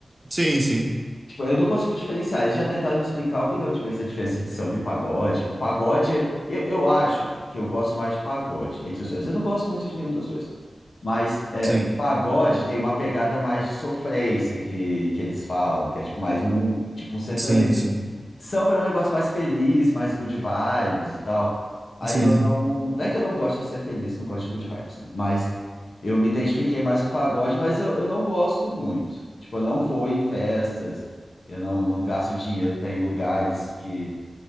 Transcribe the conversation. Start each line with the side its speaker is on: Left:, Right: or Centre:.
Right: sim, sim,
Left: Tipo, eu não consigo diferenciar. Eles já tentaram me explicar um milhão de vezes a diferença de samba e pagode. Tipo, pagode, é- eu, eu acho que eu gosto mais de pagode entre os dois. Eu não gosto muito de nenhum dos dois. Mas é,
Right: sim,
Left: pagode tem uma pegada mais de sofrência que, que eles falam, que é tipo mais um, tipo um sertanejo.
Right: sim, sim,
Left: Samba é um negócio mais feliz, mais good vibes e tal. Aí
Right: sim,
Left: eu não. Não é que eu não gosto de ser feliz, não gosto de good vibes, né? Mas eu me identifiquei mais com o pagode, mas eu, eu não gosto muito. Tipo, eu não vou em festas, eu não, não gasto dinheiro para ir em lugares que,